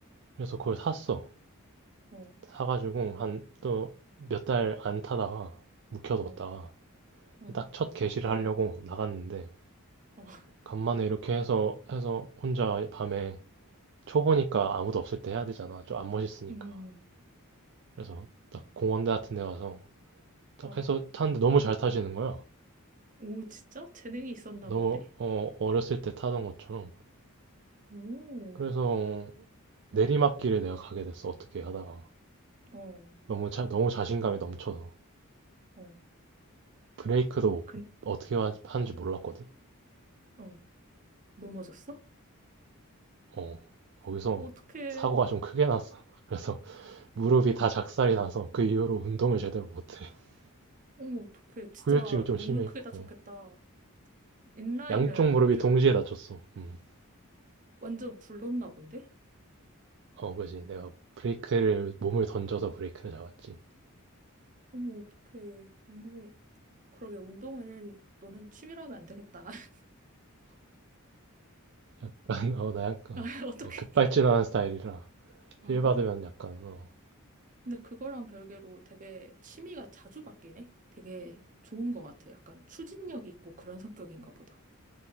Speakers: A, on the right; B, on the right.
A: 그래서 그걸 샀어.
B: 어,
A: 사가지고 한 또 몇 달 안 타다가 묵혀뒀다가
B: 어, 어,
A: 딱 첫 개시를 하려고 나갔는데
B: 어, <laughs>
A: 간만에 이렇게 해서 해서 혼자 밤에 초보니까 아무도 없을 때 해야 되잖아. 좀 안 멋있으니까.
B: 음,
A: 그래서 딱 공원대 같은 데 가서 딱
B: 어.
A: 해서 탔는데 너무 잘 타시는 거야.
B: 오, 진짜? 재능이 있었나
A: 너무
B: 본데?
A: 어, 어렸을 때 타던 것처럼.
B: 오,
A: 그래서 내리막길에 내가 가게 됐어. 어떻게 하다가
B: 어,
A: 너무 자, 너무 자신감이 넘쳐서
B: 어.
A: 브레이크도
B: 그,
A: 어떻게 하- 하는지 몰랐거든.
B: 어, 넘어졌어?
A: 어, 거기서
B: 어떡해.
A: 사고가 좀 크게 났어. <laughs> 그래서 무릎이 다 작살이 나서 그 이후로 운동을 제대로 못해. <laughs>
B: 어머, 어떡해. 진짜
A: 후유증이 좀
B: 너무
A: 심해.
B: 크게 다쳤겠다.
A: 어,
B: 인라인은
A: 양쪽 무릎이
B: 그,
A: 동시에 다쳤어. 음.
B: 완전 굴렀나 본데?
A: 어, 그지. 내가 브레이크를, 몸을 던져서 브레이크를 잡았지.
B: 어머, 어떡해. 운동, 그러게 운동은 너는 취미로 하면 안 되겠다. <laughs>
A: 약간, 어, 나 약간,
B: 아, 어떻게?
A: 어, 어, 급발진하는 스타일이라,
B: 아,
A: 필 받으면 약간, 어,
B: 근데 그거랑 별개로 되게 취미가 자주 바뀌네. 되게 좋은 것 같아. 약간 추진력 있고 그런 성격인가 보다.